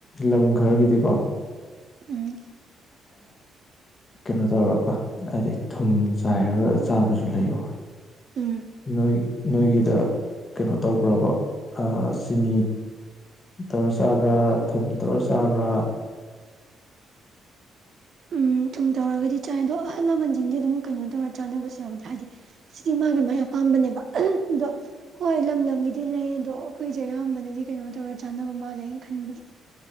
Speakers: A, on the left; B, on the right.
A: ꯂꯝ ꯈꯔꯒꯤꯗꯤꯀꯣ
B: ꯎꯝ
A: ꯀꯩꯅꯣ ꯇꯧꯔꯒ ꯍꯥꯏꯗꯤ ꯊꯨꯝ ꯆꯥꯏꯔꯒ ꯆꯥꯕꯁꯨ ꯂꯩꯌꯦꯕ
B: ꯎꯝ
A: ꯅꯣꯏ ꯅꯣꯏꯒꯤꯗ ꯀꯩꯅꯣ ꯇꯧꯕ꯭ꯔꯕ ꯆꯤꯅꯤ ꯇꯧꯔ ꯆꯥꯕ꯭ꯔꯥ ꯊꯨꯝ ꯇꯧꯔ ꯆꯥꯕ꯭ꯔꯥ
B: ꯎꯝ ꯊꯨꯝ ꯇꯧꯔꯒꯗꯤ ꯆꯥꯏ ꯑꯗꯣ ꯑꯍꯜ ꯂꯃꯟꯁꯤꯡꯗꯤ ꯑꯗꯨꯝ ꯀꯩꯅꯣ ꯇꯧꯔ ꯆꯥꯅꯕꯁꯨ ꯌꯥꯎꯋꯤꯗ ꯍꯥꯏꯗꯤ ꯁꯤꯗꯤ ꯃꯥꯒꯤ ꯃꯥꯥꯏ ꯑꯄꯥꯝꯕꯅꯦꯕ ꯑꯗꯣ ꯍꯣꯏ ꯂꯝ ꯂꯝꯒꯤꯗꯤ ꯂꯩ ꯑꯗꯣ ꯑꯩꯈꯣꯏꯁꯦ ꯑꯌꯥꯝꯕꯅꯗꯤ ꯀꯩꯅꯣ ꯇꯧꯔ ꯆꯥꯅꯕ ꯃꯥꯜꯂꯦꯅ ꯈꯟꯕꯁꯨ